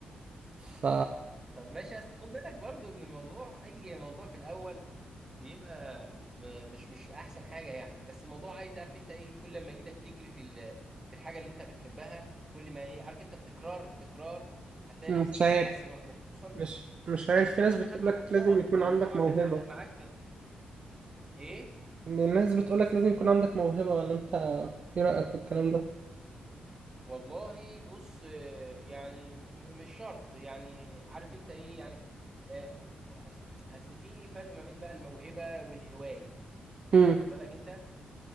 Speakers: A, on the right (about 40°); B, on the right (about 20°).
A: ف
B: طب ماشي بس خد بالك برضو ان الموضوع اي موضوع في الاول بيبقى م- مش مش احسن حاجه يعني بس الموضوع عايز عارف انت ايه كل ما ايدك تجري في ال- في الحاجه اللي انت بتحبها كل ما ايه عارف انت التكرار التكرار هتلاقي
A: مش
B: نفسك بتتحسن
A: عارف
B: واحد وخصوصا
A: مش مش عارف
B: خصوصا
A: في
B: ان
A: ناس
B: انت
A: بتقولك
B: خدت كورسات
A: لازم يكون
B: فالموضوع
A: عندك موهبة
B: كان واخد معاك ايه
A: الناس بتقولك لازم يكون عندك موهبة ولا انت ايه رأيك في الكلام ده؟
B: والله بص آه، يعني م- مش شرط يعني عارف انت ايه يعني آه، اصل اصل في فرق ما بين بقى الموهبه والهوايه
A: مم.
B: انت واخد بالك انت